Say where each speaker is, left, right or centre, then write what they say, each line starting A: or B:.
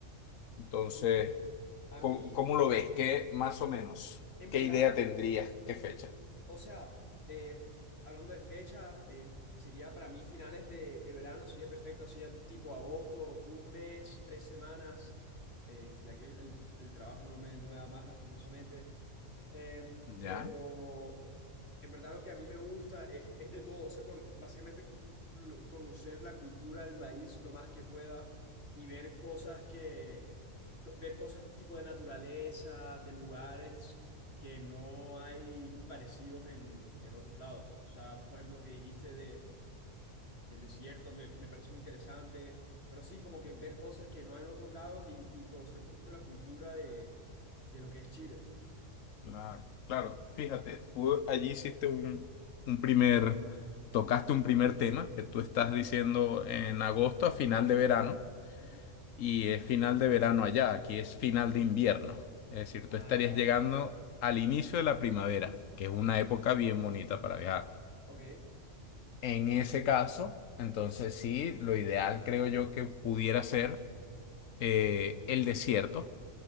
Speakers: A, on the left; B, on the left.
A: Entonces,
B: no, a
A: ¿cómo,
B: mí,
A: cómo
B: en,
A: lo ves? ¿Qué más o menos?
B: en
A: ¿Qué
B: verdad,
A: idea tendrías? ¿Qué fecha?
B: o sea, eh, hablando de fecha, eh, sería para mí finales de, de verano, sería perfecto, así a tipo agosto, un mes, tres semanas, eh, ya que el, el trabajo no me, no me da más, lastimosamente. Em,
A: ¿Ya?
B: pero en verdad lo que a mí me gusta es, es de todo, o sea, con- básicamente lo- conocer la cultura del país lo más que pueda y ver cosas que, co- ver cosas tipo de naturaleza, de lugares que no hay parecidos en, en otros lados. O sea, por ejemplo, lo que dijiste de, del desierto me, me parece muy interesante, pero sí, como que ver cosas que no hay en otros lados y, y conocer un poquito la cultura de, de lo que es Chile.
A: Claro, claro, fíjate, tú allí hiciste un, un primer, tocaste un primer tema que tú estás diciendo en agosto a final de verano
B: Ujú.
A: y es final de verano allá, aquí es final de invierno, es decir,
B: Ah,
A: tú estarías
B: claro.
A: llegando al inicio de la primavera, que es una época bien bonita para viajar.
B: Ok,
A: En ese caso, entonces sí, lo ideal creo yo que pudiera ser eh, el desierto